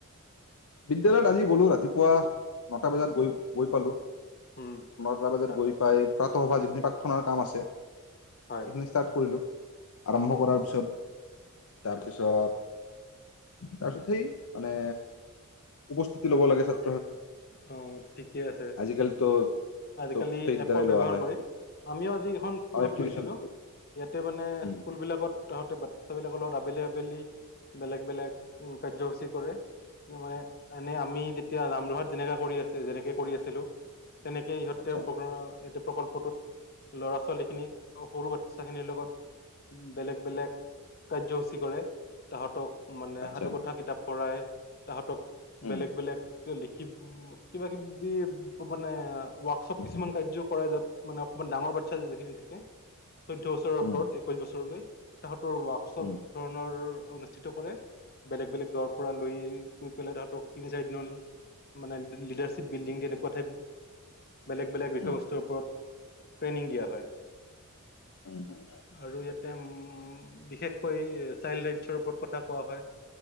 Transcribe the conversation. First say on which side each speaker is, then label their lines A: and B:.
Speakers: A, on the left; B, on the left.
A: বিদ্যালয়ত আজি গ'লো ৰাতিপুৱা, নটা বজাত গৈ-গৈ পালো।
B: উম
A: নটা বজাত
B: তা-
A: গৈ পাই প্ৰাতঃসভা যিখিনি প্ৰাৰ্থনাৰ কাম আছে। সেইখিনি
B: হয়
A: ষ্টাৰ্ট কৰিলোঁ, আৰম্ভ
B: হয়
A: কৰাৰ পিছত তাৰপিছত, তাৰপিছত সেই মানে। উপস্থিতি ল'ব লাগে ছাত
B: অ' ঠিকে আছে,
A: আজিকালিতো
B: আজিকালি
A: চব সেই
B: এপৰ
A: দ্বাৰাই
B: বব্যৱহাৰ
A: লোৱা হয়
B: কৰে। আমিও আজি এখন স্কুলত
A: অ' এপ্লিকেশ্যন
B: গৈছিলো, ইয়াতে মানে
A: উম
B: স্কুলবিলাকত তাহাঁতে বাচ্ছাবিলাকৰ লগত আবেলি-আবেলি বেলেগ বেলেগ কাৰ্যসূচী কৰে। মানে এনে আমি তেতিয়া ৰামৰহাত যেনেকা কৰি আছে, যেনেকে কৰি আছিলোঁ তেনেকে ইহঁত
A: আচ্ছা
B: তেওঁ প্ৰ <unintelligible> প্ৰকল্পটোত ল'ৰা-ছোৱালীখিনিক সৰু বাচ্ছাখিনিৰ লগত বেলেগ বেলেগ কাৰ্যসূচী কৰে তাহাঁতক মানে
A: আচ্ছা
B: সাধুকথা কিতাপ পঢ়ায়। তাহাঁতক
A: উম,
B: বেলেগ বেলেগ হিলি কিব, কিবা-কিবি বানে ৱৰ্কশ্বপ
A: উম,
B: কিছুমান
A: উম,
B: কাৰ্যও কৰা যাব মানে অকমান ডাঙৰ বাচ্ছা যিখিনি থাকে। চৈধ্য বছৰৰ
A: উম,
B: ওপৰত একৈশ বছৰলৈ তাহঁত ত ৱৰ্কশ্বপ
A: উম,
B: ধৰণৰ অনুষ্ঠিত কৰে, বেলেগ বেলেগ গাঁৱৰ পৰা লৈ লৈ পেলাই তাহাঁতক তিনি-চাৰিদিনাহন মানে লিডাৰশ্বিপ বিল্ডিং কেনেকুৱা ঠাই বেলেগ বেলেগ বিষয়বস্তুৰ
A: উম,
B: ওপৰত, ট্ৰেইনিং দিয়া হয়।
A: উম,
B: আৰু ইয়াত তে বিশেষকৈ চাইল্ড ৰাইটছৰ ওপৰত কথা কোৱা হয়।